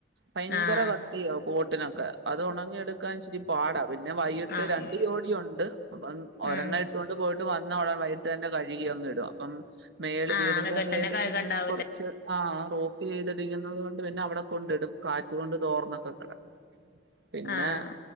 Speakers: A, on the right; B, on the left.
A: ഭയങ്കര
B: ആഹ്
A: കട്ടിയ കോട്ടിനൊക്കെ അത് ഒണങ്ങിയെടുക്കാൻ ഇച്ചിരി പാടാ പിന്നെ വൈകിട്ട്
B: ആഹ്
A: രണ്ട് ജോടിയുണ്ട് അപ്പം ഒരെണ്ണം
B: ഉം
A: ഇട്ടുകൊണ്ട് പോയിട്ട് വന്ന് ഉടനെ വൈകിട്ട് തന്നെ കഴുകി അങ് ഇടും അപ്പം മേ
B: ആഹ്
A: വീടിന്റെ
B: മുകട്ടന്നെ
A: മേളിൽ
B: കഴുകണ്ടാവൂലേ
A: ഇങ്ങനെ കുറച്ച് ആ റൂഫ് ചെയ്ട്ക്കുന്നത് പിന്നെ അവിടെ കൊണ്ടിടും കാറ്റ് കൊണ്ട് തോർന്നൊക്കെ കെടക്കും പിന്നെ
B: ആഹ്